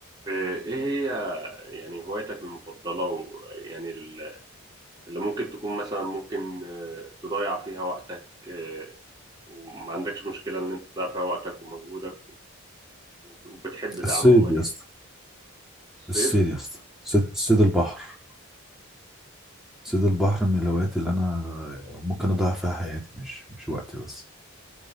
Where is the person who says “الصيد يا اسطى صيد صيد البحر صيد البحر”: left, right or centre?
Centre